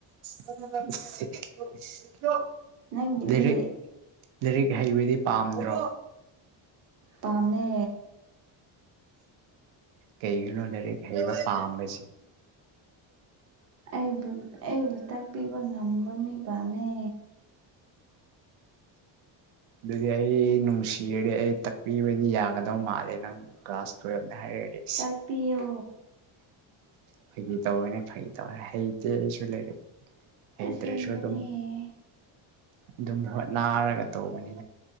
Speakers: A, on the right; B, on the right.
A: <unintelligible>
B: ꯅꯪꯒꯤꯗꯤ
A: ꯂꯥꯏꯔꯤꯛ ꯂꯥꯏꯔꯤꯛ ꯍꯩꯕꯗꯤ ꯄꯥꯝꯗ꯭ꯔꯣ
B: ꯄꯥꯥꯝꯃꯦ
A: ꯀꯩꯒꯤꯅꯣ ꯂꯥꯏꯔꯤꯛ ꯍꯩꯕ ꯄꯥꯝꯕꯁꯦ
B: ꯑꯩꯕꯨ ꯑꯩꯕꯨ ꯇꯥꯛꯄꯤꯕ ꯉꯝꯕ ꯃꯤ ꯄꯥꯝꯃꯦ
A: ꯑꯗꯨꯗꯤ ꯑꯩ ꯅꯨꯡꯁꯤ ꯖꯤꯔꯗꯤ ꯑꯩ ꯇꯥꯛꯄꯤꯕꯗꯤ ꯌꯥꯒꯗꯧ ꯃꯥꯜꯂꯦ ꯅꯪ ꯀ꯭ꯂꯥꯁ ꯇꯨꯌꯦꯜꯞꯅꯤ ꯍꯥꯏꯔꯛꯑꯗꯤ
B: ꯇꯥꯛꯄꯤꯌꯣ
A: ꯐꯩꯒꯤ ꯇꯧꯕꯅꯦ ꯐꯥꯒꯤ ꯇꯧꯕꯅꯦ ꯍꯩꯇꯦ ꯑꯩꯁꯨ ꯂꯩꯔꯤꯛ ꯍꯩꯇ꯭ꯔꯁꯨ
B: ꯑꯁꯦꯡꯕꯅꯦ
A: ꯑꯗꯨꯝ ꯑꯗꯨꯝ ꯍꯣꯠꯅꯔꯒ ꯇꯧꯕꯅꯤ